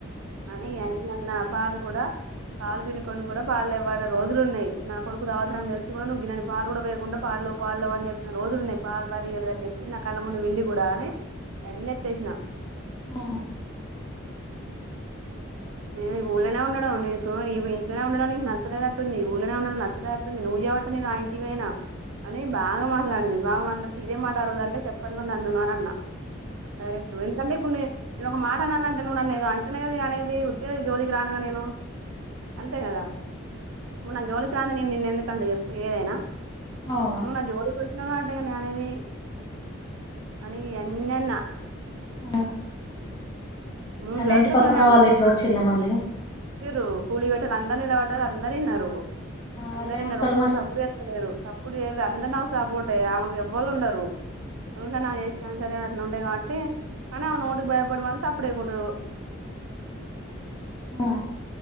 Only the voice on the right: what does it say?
అనీ అన్నీ అన్న పాలు కూడా పాలు పిండుకొని కూడా పాలు లెవ్వన్న రోజులు ఉన్నాయి నా కొడుకు తాగుతాడని తెలిసి కూడా నువ్వు గిన్నన్ని పాలు కూడా వేయకుండా పాలు లేవు పాలు లేవు అని చెప్పిన రోజులు ఉన్నాయి పాలు బర్రె ఇయ్యలేదని చెప్పింది నా కళ్ళ ముందు విండి కూడా అని అన్నెత్తేసిన
నేను ఊళ్ళనే ఉండడం నీకు న ఇంట్లోనే ఉండడం నీకు నచ్చలేదట్టుంది ఈ ఊళ్ళనే ఉండడం నచ్చలేదట్టుంది నువ్వు చెప్పబట్టె నేను ఆ ఇంటికీ పొయినా అని బాగా మాట్లాడిది బాగా మాట్లాడుతే ఇదే మాట అ రోజు అంటే చెప్ప్ పదికొం అందన్నా అన్నా డైరెక్ట్ంటే ఇప్పుడు <inaudible> నేను ఒక మాట అనాలంటే నువ్వు నన్నేదో అంటేనే కదా నేననేది ఉ జోలీకి రానుగా నేను అంతే కదా ఇప్పుడు నా జోలికి రాంది నేను నిన్నెందుకంట చెప్పు ఏదైనా
నువ్వు నా జోలికి వచ్చినవు కా నేనేమి అని ఎన్నన్న
నువ్వు
చేస్తే
పైన
ఇచ్చారు కూలి పెట్టాలి అందరిని నిలబడ్డరు అందరు ఇన్నారు అందరిన్నరు
ఒక్క
సప్పుడు చేస్తలేరు సప్పుడు చేయల అందరు నాకు సప్పోర్టే ఆమెకీ ఎవ్వళు ఉండారు ఉకా నాకు చేసినంసరే ఉంటయి కాబట్టి కానీ ఆమె నోటికి భయపడి మాత్రం అప్పుడే కుడు